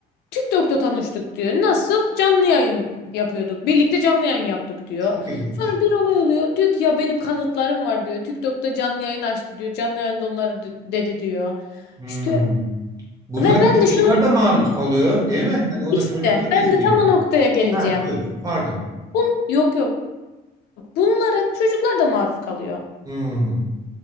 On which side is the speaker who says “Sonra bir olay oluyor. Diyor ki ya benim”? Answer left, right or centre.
Left